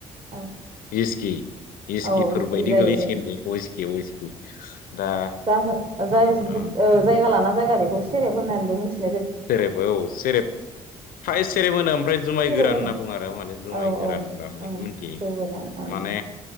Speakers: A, on the right; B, on the left.
A: औ
B: इि इसकिफोर
A: औ बिसखि
B: बायदि
A: जाहैबाय
B: गोलैसिगोन बेइस्कि अइस्कि दा
A: जो जाय जायगा
B: ओं
A: लाना जायगा बेखौ सेरेब होननानैबो मिथि
B: सेरेब औ सेरेब फ्राय सेरेब होनो ओमफ्राय जुमाय
A: सेरेब
B: गोरान
A: होनो
B: होनना बुो आरो माने जुमाय
A: औ
B: गोर
A: औ
B: गोरान होनबा बेखौ
A: ओं
B: मिथियो
A: जौ गोरान ओं
B: माने